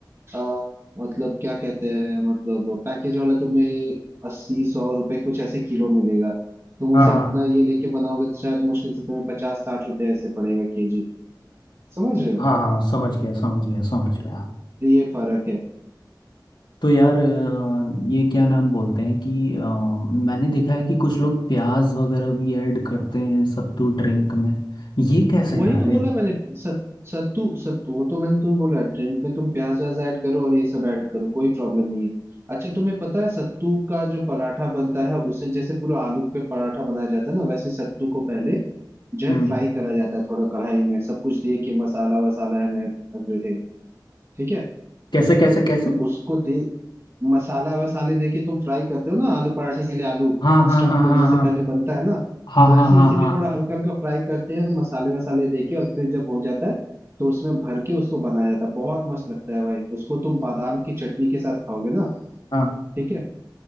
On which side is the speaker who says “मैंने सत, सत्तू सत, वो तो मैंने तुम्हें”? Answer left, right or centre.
Right